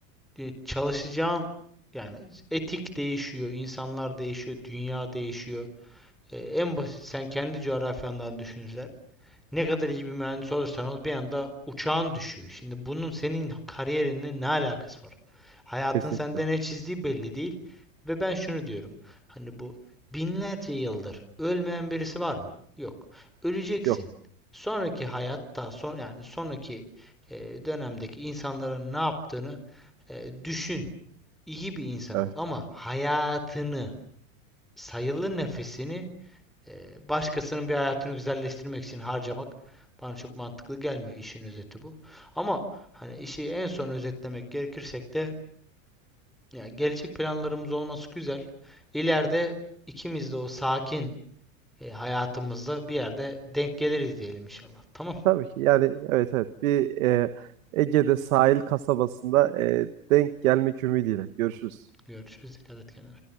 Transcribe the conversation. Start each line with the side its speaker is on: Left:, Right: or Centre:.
Centre: e, çalışacağın yani etik değişiyor, insanlar değişiyor, dünya değişiyor. E, en basit sen kendi coğrafyandan düşünürsen ne kadar iyi bir mühendis olursan ol bir anda uçağın düşüyor. Şimdi bunun senin kariyerinle ne alakası var? Hayatın
Right: Kesinlikle.
Centre: sende ne çizdiği belli değil ve ben şunu diyorum. Hani bu binlerce yıldır ölmeyen birisi var mı? Yok. Öleceksin.
Right: Yok.
Centre: Sonraki hayatta son yani sonraki e, dönemdeki insanların ne yaptığını e, düşün. İyi bir insan
Right: Evet.
Centre: ol ama hayatını, sayılı nefesini ee, başkasının bir hayatını güzelleştirmek için harcamak bana çok mantıklı gelmiyor işin özeti bu. Ama hani işi en son özetlemek gerekirsek de ya gelecek planlarımız olması güzel. İleride ikimiz de o sakin e, hayatımızda bir yerde denk geliriz diyelim inşallah. Tamam.
Right: Tabii ki yani evet evet bir e, Ege'de sahil kasabasında e, denk gelmek ümidiyle. Görüşürüz.
Centre: Görüşürüz. Dikkat et kendine.